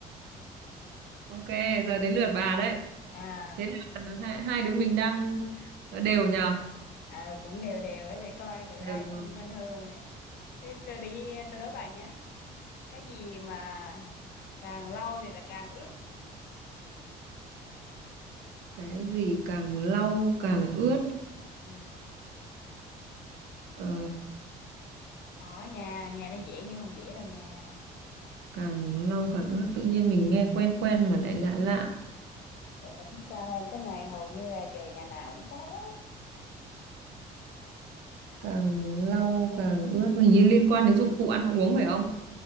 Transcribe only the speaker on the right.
ok giờ đến lượt bà đấy
thế là hai, hai đứa mình đang đều nhờ
Được
rồi.
Cái gì càng lau càng ướt
ờ,
càng lau càng ướt tự nhiên mình nghe quen quen mà lại lạ lạ
càng lau càng ướt hình như liên quan đến dụng cụ ăn uống phải không